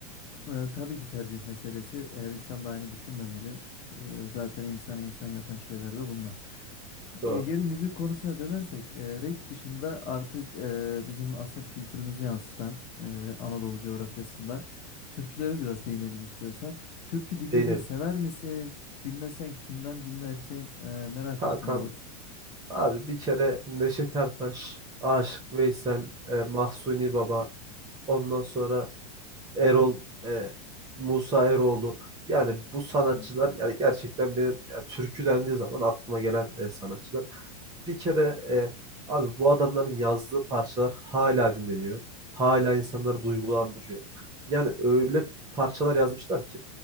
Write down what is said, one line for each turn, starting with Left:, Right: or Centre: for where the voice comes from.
Left: Ee, tabii ki tercih meselesi. Her insan da aynı düşünmemeli. Ee, zaten insanı insan yapan şeyler de bunlar.
Right: Doğru.
Left: Ee, Geri müzik konusuna dönersek, e, rap dışında artık e, bizim asıl kültürümüzü yansıtan e, Anadolu coğrafyasında türkülere biraz değinelim istiyorsan. Türkü dinlemeyi
Right: Değinelim.
Left: sever misin? Dinlesen kimden dinlersin? E, merak
Right: Kankam
Left: ettim doğrusu.
Right: abi bir kere Neşet Ertaş, Aşık Veysel, e, Mahsuni Baba, ondan sonra Erol, e, Musa Eroğlu. Yani bu sanatçılar
Left: Hmm.
Right: yani gerçekten benim ya, türkü dendiği zaman aklıma gelen e, sanatçılar. Bir kere e, abi bu adamların yazdığı parçalar hala dinleniyor. Hala insanları duygulandırıyor. Yani öyle parçalar yazmışlar ki.